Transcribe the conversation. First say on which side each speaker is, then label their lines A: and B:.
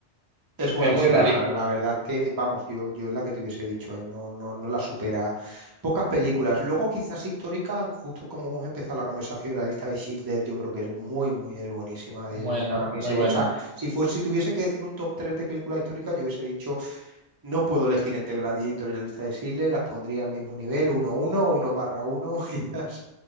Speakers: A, on the right (about 20°); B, on the right (about 70°).
A: Es buenísima,
B: fue muy realista.
A: la verdad que, vamos, yo, yo es la que te hubiese dicho, ¿eh? No, no, no la supera. Pocas películas. Luego quizás históricas, justo como hemos empezado la conversación, la lista de Schindler, yo creo que es muy, muy, es buenísima.
B: Buena,
A: es- para mí,
B: muy
A: se,
B: buena.
A: o sea, si fuese, si tuviese que decir un top 3 de películas históricas, yo hubiese dicho, no puedo elegir entre Gladiator y la lista de Schindler, las pondría al mismo nivel, uno uno uno barra uno, <laughs> quizás.